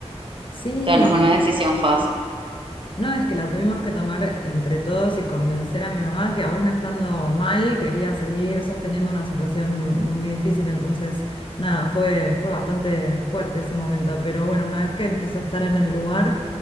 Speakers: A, on the left (about 45°); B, on the right (about 45°).
A: Sí,
B: sea, no es una decisión fácil.
A: No, es que la tuvimos que tomar entre todos y convencer a mi mamá que aún estando mal quería seguir sosteniendo una situación muy difícil. Entonces, nada, fue, fue bastante fuerte ese momento. Pero bueno, una vez que empezó a estar en el lugar,